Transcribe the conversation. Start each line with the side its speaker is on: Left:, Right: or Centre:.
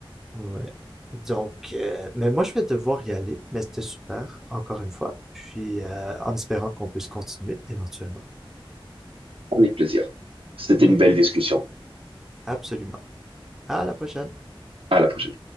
Centre: Ouais. Donc, euh, mais moi, je vais devoir y aller, mais c'était super, encore une fois. Puis, euh, en espérant qu'on puisse continuer éventuellement.
Right: Avec plaisir. C'était
Centre: Mhm.
Right: une belle discussion.
Centre: Absolument. À la prochaine.
Right: À la prochaine.